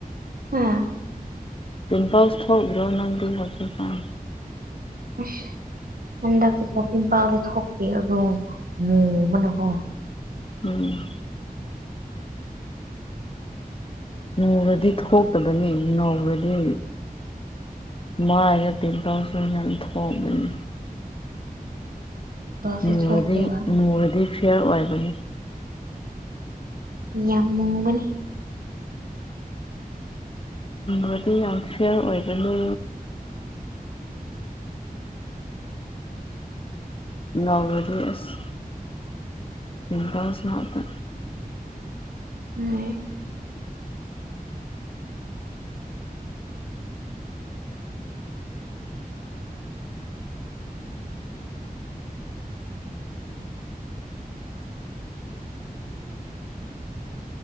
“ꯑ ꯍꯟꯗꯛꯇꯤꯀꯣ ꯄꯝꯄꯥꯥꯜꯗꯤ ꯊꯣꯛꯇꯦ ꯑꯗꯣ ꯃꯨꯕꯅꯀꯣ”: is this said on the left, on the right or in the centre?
Right